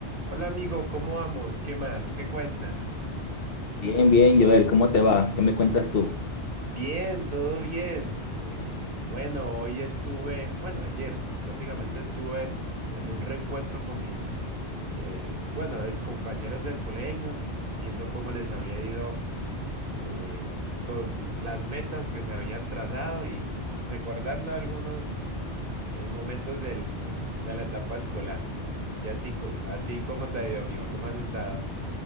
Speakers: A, on the right; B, on the left.
A: Hola amigo, ¿cómo vamos? ¿Qué más? ¿Qué cuentas?
B: Bien, bien, Joel, ¿cómo te va? ¿Qué me cuentas tú?
A: Bien, todo bien. Eh, bueno, hoy estuve, bueno, ayer prácticamente estuve en un reencuentro con mis, eh, bueno, compañeros del colegio, viendo cómo les había ido eh, con las metas que se habían trazado y recordando algunos eh, momentos del, <laughs> de la etapa escolar. ¿Y a ti, co- a ti cómo te ha ido, amigo? ¿Cómo has estado?